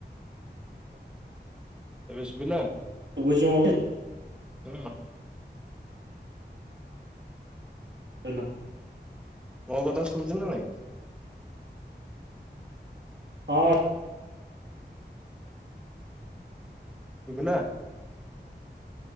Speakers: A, in the centre; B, on the right.
A: ଏବେ ଶୁଭିଲା?
B: ଶୁଭୁଚି ମୋଭେ
A: ହୁଁ।
B: ହେଲା।
A: ମୋ କଥା ଶୁଭୁଚି ନା ନାଇଁ?
B: ହଁ।
A: ଶୁଭିଲା?